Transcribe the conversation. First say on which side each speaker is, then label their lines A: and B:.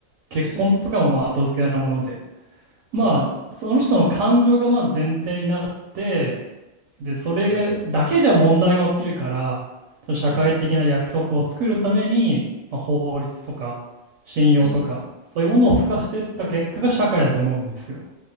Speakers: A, on the right (about 70°); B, on the right (about 80°).
A: 結婚とかもまあ後付けなもので、
B: うん。はい。
A: まあ、その人の感情がまあ前提になって、で、それだけじゃ問題が起きるから、
B: うん。
A: その社会的な約束を作るために、
B: うん。
A: まあ、法律とか信用とか、
B: うん。
A: そういうものを付加していった結果が社会だと思うんですよ。